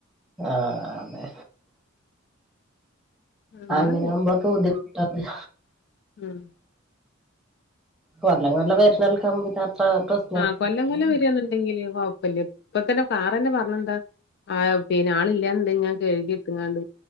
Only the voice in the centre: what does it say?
ആഹ് അതെ
അങ്ങനൊവുമ്പോക്കെ
ബുദ്ധിമുട്ട
കൊല്ലം കൊല്ലം വെര്ന്നോൽക്കാവുമ്പോ ഇത് അത്ര പ്രശ്